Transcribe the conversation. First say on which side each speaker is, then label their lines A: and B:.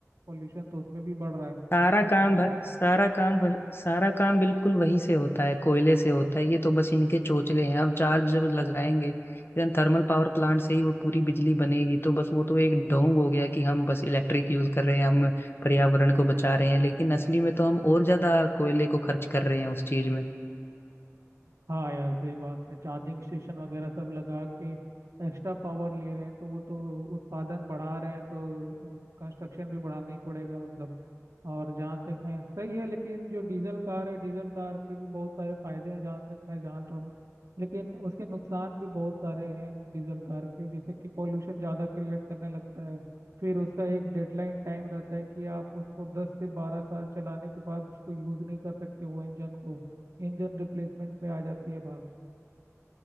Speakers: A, on the right; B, on the left.
A: पॉल्यूशन तो उसमें भी बढ़ रहा है क्या
B: सारा
A: कहना
B: काम भ-
A: है
B: सारा काम वही सारा काम बिल्कुल वहीं से होता है कोयले से होता है ये तो बस इनके चोचले हैं अब चार्ज जब लगाएंगे इधर थर्मल पावर प्लांट से ही वो पूरी बिजली बनेगी तो बस वो तो एक ढोंग हो गया कि हम बस इलेक्ट्रिक यूज कर रहे हैं हम पर्यावरण को बचा रहे हैं लेकिन असली में तो हम और ज्यादा कोयले को खर्च कर रहे हैं उस चीज में
A: हाँ यार सही बात है चार्जिंग स्टेशन वगैरह सब लगा के एक्स्ट्रा पावर ले रहे हैं तो वो तो उत्पादन बढ़ा रहे हैं तो कंस्ट्रक्शन भी बढ़ाना ही पड़ेगा मतलब और जहाँ तक है सही है लेकिन जो डीजल कार है डीजल कार के भी बहुत सारे फायदे हैं जहाँ तक मैं जान रहा हूँ लेकिन उसके नुकसान भी बहुत सारे हैं डीजल कार के जैसे कि पॉल्यूशन ज़्यादा क्रिएट करने लगता है फिर उसका एक डेडलाइन टाइम रहता है कि आप उसको दस से बारह साल चलाने के बाद उसको यूज़ नहीं कर सकते वो इंजन को इंजन रिप्लेसमेंट पे आ जाती है बात